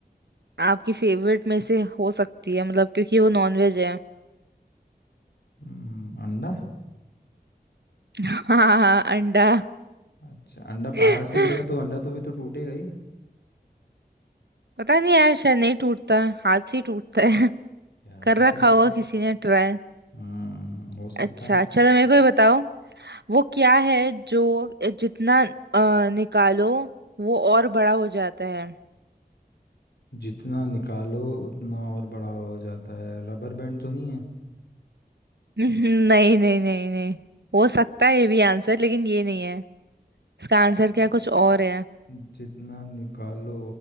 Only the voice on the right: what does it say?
आपकी फेवरेट में से हो सकती है मतलब क्योंकि वो नॉनवेज है
<laughs> हाँ हाँ अंडा
<laughs>
पता नहीं यार शायद नहीं टूटता है, हाथ से ही टूटता है <laughs>
कर
रखा होगा किसी ने ट्राई
अच्छा
चलो मेरे को ये बताओ वो क्या है जो जितना अ, निकालो वो और बड़ा हो जाता है
<laughs> नहीं नहीं नहीं नहीं हो सकता है ये भी आंसर लेकिन ये नहीं है इसका आंसर
क्या कुछ और है